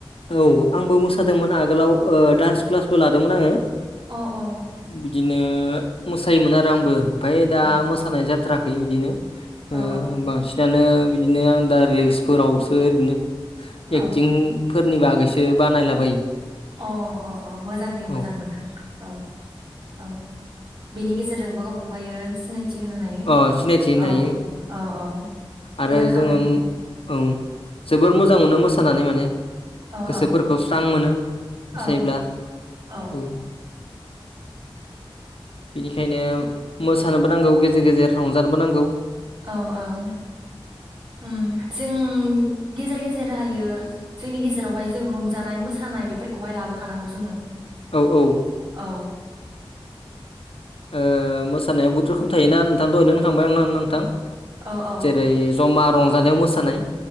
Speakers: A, on the left; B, on the right.
A: औ आंबो मोसादोंमोन आगोलाव ओ डान्स क्लासबो लादोंमोन आङो
B: अ औ
A: बिदिनो मोसायोमोन आरो आंबो ओमफ्राय दा
B: औ
A: मोसानाय जाथ थाराखै बिदिनो
B: औ
A: ओ बांसिनानो बिदिनो आं दा रिल्सफोरावसो ओरैनो एक्टिंफोरनि
B: औ
A: बागैसो बानायलाबायो
B: अ अ अ मोजां दे
A: औ
B: मोजां नोंथां औ औ बेनि गेजेरजोंबो गावखौहायो सिनाय थि होनो हायो
A: अ सिनायथि होनो
B: औ
A: हायो
B: औ औ
A: आरो
B: मोजां खामानि
A: जोङो उम ओं जोबोर मोजां
B: उम,
A: मोनो मोसानानै माने
B: औ
A: गोसोफोरखौ
B: औ
A: स्रां मोनो
B: औ
A: जेब्ला
B: औ
A: बुं बेनिखायनो मोसानोबो नांगौ गे जेर गेजेर रंजानोबो नांगौ
B: औ औ उम जों गेजेर गेजेर रो हायो जोंनि गेजेरावहाय जों रंजानाय मोसानाय बेफोरखौहाय लाबोखानांगौ जोङो
A: औ औ
B: औ
A: ओ मोसानाया बहुत रोखोम थायोना नो थां दहायनो होनखांबाय आं ना नोंथां
B: औ औ
A: जेरै जमा रंजानायाव मोसानाय